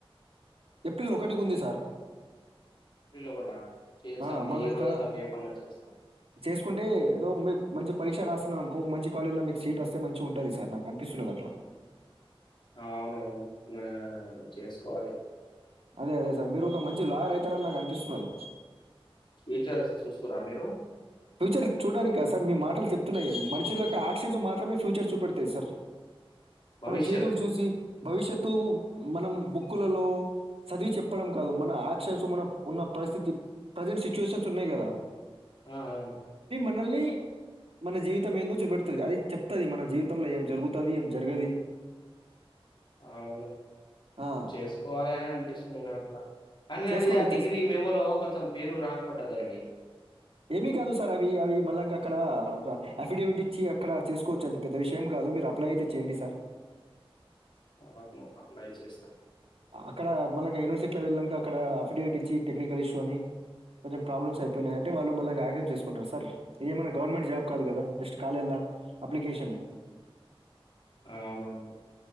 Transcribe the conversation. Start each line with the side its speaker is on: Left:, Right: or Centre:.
Right: ఏప్రిల్ ఒకటికి ఉంది సార్
Left: ప్రిల్లో గూడా చేచ్చాం
Right: ఆ! మళ్ళా
Left: ఈ
Right: ఇంకా
Left: రోజన్న రేపన్నా చేస్తా
Right: చేసుకుంటే, ఏదో మీ మంచి పరీక్ష రాసినా అంకో మంచి కాలేల్ల మీకు సీట్ ఒస్తే మంచిగ ఉంటది సార్, నాకు అనిపిస్తున్నది అట్లా.
Left: అవునవును నా చేస్కోవాలి
Right: అదే అదే సార్, మీరు ఒక మంచి లాయర్ అయితారని నాకు అనిపిస్తున్నది.
Left: ఫీచర్స్ చూస్తుర్రా మీరు
Right: ఫ్యూచర్ చూడ్డానికా సార్, మీ మాటలు చెప్తున్నాయి. మనుషులకు యాక్షన్స్ మాత్రమే ఫ్యూచర్ చూపెడతాయి సార్.
Left: భవిష్యత్
Right: మనం చేతులు చూసి భవిష్యత్తూ మనం బుక్కులలో చదివి చెప్పడం కాదు మన యాక్షన్సు మన ఉన్న పరిస్థితి ప్రజెంట్ సిచ్యువేషన్స్ ఉన్నయ్ గదా
Left: ఆ ఆ
Right: ల్నీ మన జీవితం ఏందొ చూపెడుతద్ అది చెప్తది మన జీవితంలో ఏం జరుగుతది ఏం జరగది
Left: అవును
Right: ఆ,
Left: చేసుకోవాలెగనే అనిపిస్తుంది నాకుడ <inaudible>
Right: చేసుకోండి
Left: అది ఆ డిగ్రీ
Right: చేసుకో
Left: మేమోలో కొంచెం పేరు రాంగ్ పడ్డదండి
Right: ఏమీ కాదు సార్ అవి అవి మళ్ళాంక అక్కడ ఒక అఫిడేవిట్ ఇచ్చి అక్కడ చేసుకోవచ్చు అది పెద్ద విషయం కాదు మీరు అప్లై అయితే చేయండి సార్
Left: అను అప్లై చేస్తా
Right: అక్కడ మళ్లగా యూనివర్సిటీలో వెళ్ళాక అక్కడ అఫిడేవిట్ ఇచ్చి టెక్నికల్ ఇష్యూ అని కొంచెం ప్రాబ్లమ్స్ అయిపోయినాయియంటే వాళ్ళు మళ్ళగా యాక్సెప్ట్ చేసుకుంటారు సార్ ఇది ఏమైనా గవర్నమెంట్ జాబ్ కాదు కదా జస్ట్ కాలేళ అప్లికేషనే
Left: ఆవునను